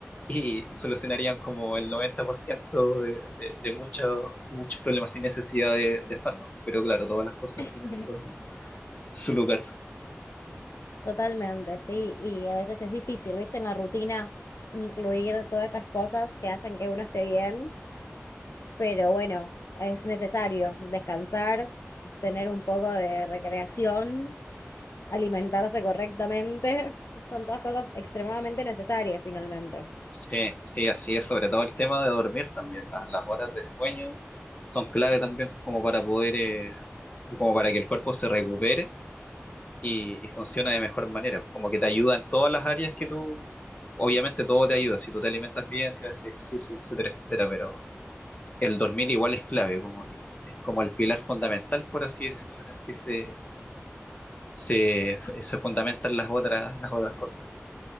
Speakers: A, on the left (about 30°); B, on the left (about 65°).
A: y solucionarían como el 90% de, de, de mucho- de muchos problemas sin necesidad de, de fármacos. Pero claro, todas las cosas
B: <laughs>
A: tienen su, su lugar.
B: Totalmente, sí. Y a veces es difícil, ¿viste? En la rutina incluir todas estas cosas que hacen que uno esté bien. Pero bueno, es necesario descansar, tener un poco de recreación, alimentarse correctamente. <laughs> Son todas cosas extremadamente necesarias finalmente.
A: Sí, sí, así es, sobre todo el tema de dormir también. Las, las horas de sueño son clave también como para poder, eh, como para que el cuerpo se recupere y, y funcione de mejor manera. Como que te ayuda en todas las áreas que tú, obviamente todo te ayuda, si tú te alimentas bien, si haces ejercicio, etcétera, etcétera, pero el dormir igual es clave, como que es como el pilar fundamental, por así decirlo, en el que se, se, se fundamentan las otras, las otras cosas.